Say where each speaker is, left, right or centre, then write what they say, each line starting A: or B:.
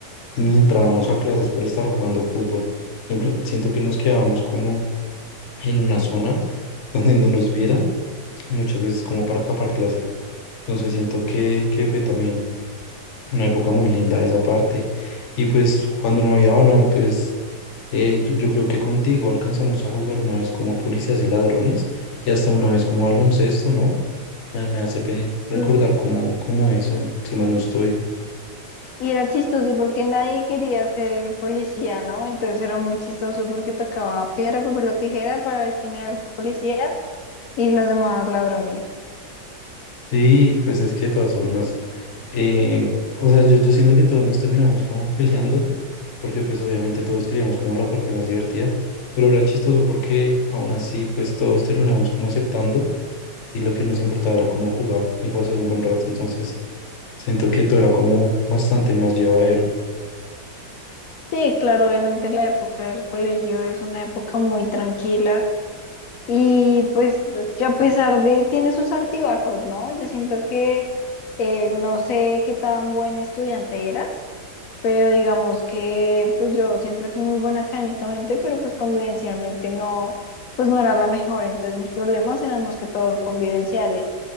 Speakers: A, on the left; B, on the left.
A: ni entrábamos a clases por estar jugando fútbol. Siempre siento que nos quedábamos como en una zona <laughs> donde no nos vieran, y muchas veces como para escapar clase. Entonces siento que, que fue también una época muy linda esa parte. Y pues cuando no había balón, pues eh, yo, yo creo que contigo alcanzamos a jugar una vez como policías y ladrones y hasta una vez como baloncesto, ¿no? Me, me hace pe-
B: Sí.
A: recordar cómo, cómo eso, si mal no estoy.
B: Y era chistoso porque nadie quería ser el policía, ¿no? Entonces era muy chistoso porque tocaba piedra, papel o tijera para ver quién era el policía y los demás ladrones.
A: Sí, pues es que de todas formas, eh, o sea, yo, yo siento que todos nos terminamos como peleando, porque pues obviamente todos queríamos como la parte más divertida, pero era chistoso porque aún así pues todos terminamos como aceptando y lo que nos importaba era como jugar y pasar un buen rato, entonces siento que todo era como bastante más llevadero.
B: Sí, claro, obviamente la época del colegio es una época muy tranquila y pues que a pesar de, tiene sus altibajos, ¿no? Yo siento que eh, no sé qué tan buen estudiante eras, pero digamos que pues yo siempre fui muy buena académicamente, pero pues convivencialmente no, pues no era la mejor, entonces mis problemas eran más que todos convivenciales.